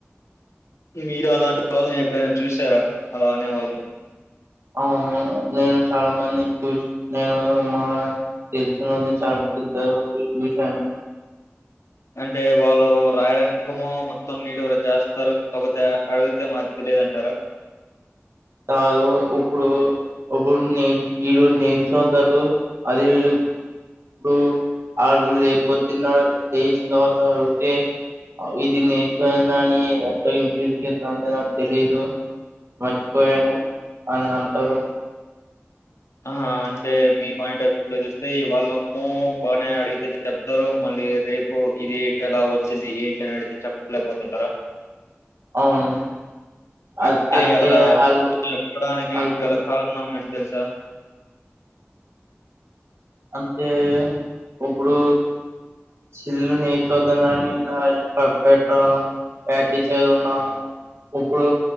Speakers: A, on the left (about 85°); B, on the right (about 65°).
A: మీరు అలాంటి వాళ్ళని ఎప్పుడైనా చూసారా అలా అనే వాళ్ళని
B: అవును నేను చాలా మంది చూసి నేను మా తెలిసినది చాలాద్ద చూశాను
A: అంటే వాళ్ళు రాయడాకము మొత్తం నీటి కూడా చేస్తారు కాకపోతే అడిగితే మాది తెలిదంటారు
B: కాదు ఉప్పుడు ఒకప్పుడు నేర్చ ఈరోజు నేర్చుతారు అది ఇప్పుడు ఆు లేపోద్దున్న లేచిన తర్వాత అడిగితే ఇది నేర్చున అని ఎట్ ఇంపె చే నాకు తెలిదు మర్చిపోయాను అని అంటారు
A: ఆ అంటే మీ పాయింట్ ఆఫ్ వ్యూ లో చూస్తే వాళ్ళమ్మో బాగానే అడిగితే చెప్తారు మళ్ళీ రేపు ఇది ఎలా వచ్చింది ఏ ఏంటి అని అడిగితే చెప్పలేకపోతుంటారా
B: అవును అది
A: అంటే
B: అంతే
A: అలా
B: వాళ్ళు
A: చెప్పడానికి
B: అంతే
A: గల కారణం మంచి తెలుసా
B: అంటే ఇప్పుడు సిల్లు నేర్చోద్దానని కెట్ట ప్యాటిస ఉన్న ఇప్పుడు